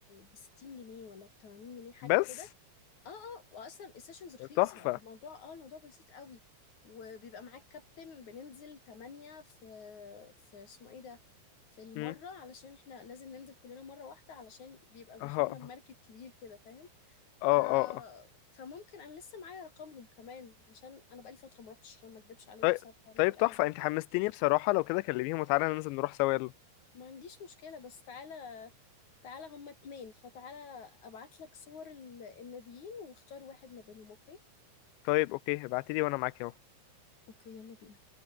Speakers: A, on the left; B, on the left.
A: ب 60 جنيه ولا ب 80 جنيه حاجة
B: بس
A: كده اه اه واصلا السيشنز رخيصه
B: تحفة
A: الموضوع اه الموضوع بسيط قوي وبيبقى معاك كابتن بننزل تمانية في في اسمه ايه ده في المره
B: مم،
A: علشان احنا لازم ننزل كلنا مره واحده علشان بيبقى واخدنا
B: اه اه
A: بمركب كبير كده فاهم ف
B: اه اه.
A: فممكن انا لسه معايا رقمهم كمان عشان انا بقالي فتره ما روحتش عشان ما اكدبش عليك
B: طيب
A: بسبب حوارات
B: طيب
A: الاجازات
B: تحفة انت حمستيني بصراحة لو كده كلميهم وتعالى ننزل نروح سوا يلا
A: ما عنديش مشكله بس تعالى تعالى هما اتنين فتعالى ابعت لك صور ال- الناديين واختار واحد ما بينهم اوكي
B: طيب اوكي ابعتيلي وانا معاك اهو
A: اوكي يلا بينا